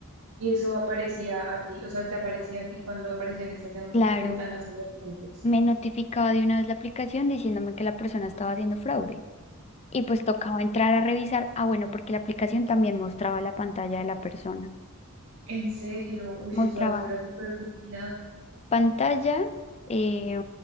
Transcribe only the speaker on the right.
y eso aparecía a ti, o sea, te aparecía a ti cuando aparecían esas em-
ventanas en los puntos
En serio, uy,
o sea, eso era súper vigilado.